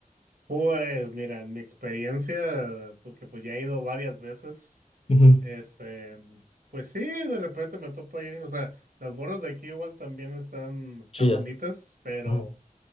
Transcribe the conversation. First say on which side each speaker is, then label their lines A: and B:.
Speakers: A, on the right; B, on the left.
A: Pues mira, en mi experiencia, porque pues ya he ido varias veces,
B: Ujú,
A: este, pues sí, de repente me topo ahí, o sea, las morras de aquí igual también están, están
B: Sí,
A: bonitas,
B: eh,
A: pero,
B: ujú.